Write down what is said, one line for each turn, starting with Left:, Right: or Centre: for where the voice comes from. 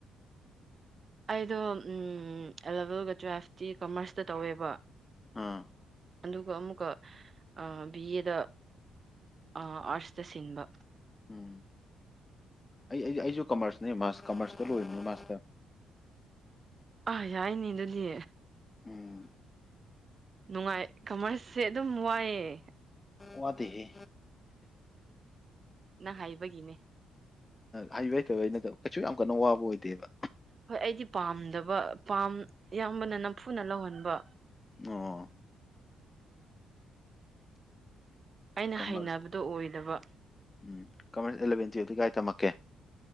Right: ꯑꯩꯗꯣ ꯎꯝ ꯑꯦꯂꯚꯦꯜꯒ ꯇꯨꯋꯦꯜꯐꯇꯤ ꯀꯃꯔꯁꯇ ꯇꯧꯋꯦꯕ
Left: ꯑꯥ
Right: ꯑꯗꯨꯒ ꯑꯃꯨꯛꯀ ꯕꯤ ꯑꯦꯗ ꯑꯥꯔꯠꯁꯇ ꯁꯤꯟꯕ
Left: ꯎꯝ ꯑꯩ ꯑꯩꯁꯨ ꯀꯃꯔꯁꯅꯦ ꯃꯥꯁ ꯀꯃꯔꯁꯇ ꯂꯣꯏꯔꯤꯅꯤ ꯃꯥꯁꯇꯔ
Right: ꯑꯥ ꯌꯥꯏꯅꯦ ꯑꯗꯨꯗꯤ
Left: ꯎꯝ
Right: ꯅꯨꯡꯉꯥꯏ ꯀꯃꯔꯁꯦ ꯑꯗꯨꯝ ꯋꯥꯏꯑꯦ
Left: ꯋꯥꯗꯦꯍꯦ
Right: ꯅꯪ ꯍꯥꯏꯕꯒꯤꯅꯦ
Left: ꯑ ꯍꯩꯕ ꯍꯩꯇꯕꯩ ꯅꯠꯇꯕ ꯀꯩꯁꯨ ꯌꯥꯝ ꯀꯟꯅ ꯋꯥꯕ ꯑꯣꯏꯗꯦꯕ
Right: ꯍꯣꯏ ꯑꯩꯗꯤ ꯄꯥꯝꯗꯕ ꯄꯥꯝ ꯏꯌꯥꯝꯕꯅ ꯅꯝꯐꯨꯅ ꯂꯧꯍꯟꯕ
Left: ꯑꯣ
Right: ꯑꯩꯅ
Left: ꯀꯃꯔꯁ
Right: ꯍꯩꯅꯕꯗꯣ ꯑꯣꯏꯗꯕ
Left: ꯎꯝ ꯀꯃꯔꯁ ꯑꯦꯂꯚꯦꯟ ꯇꯨꯋꯦꯜꯐꯇꯤ ꯀꯥꯏ ꯇꯝꯃꯛꯀꯦ